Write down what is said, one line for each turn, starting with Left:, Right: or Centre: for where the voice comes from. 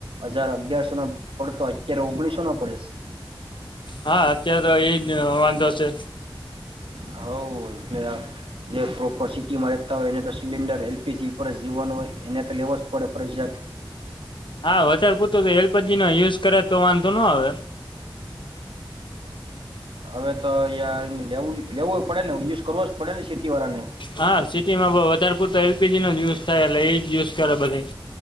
Right: હજાર અગિયારસો ન પડતો અત્યારે ઓગણીસો નાો પડે છે.
Left: હા અત્યારે તો એ જ વાંધો છે.
Right: હ એટલે જે પ્રોપર સિટીમાં રહેતા હોય એને તો સિલિન્ડર એલપીજી પર જ જીવન. એને તો લેવો જ પડે ફરજિયાત.
Left: હા વધારે પૂતું એલપીજી નો યુઝ કરે તો વાંધો ન આવે.
Right: હવે તો અહં લેવું. લેવો પડ ને ુ કરવો જ પડેને સિટીળાને.
Left: હા સિટીમાં બ વધારે પૂરતો એલપીજીનોો જ યુઝ થાય એટલે એ જ યુઝ કરે બધ.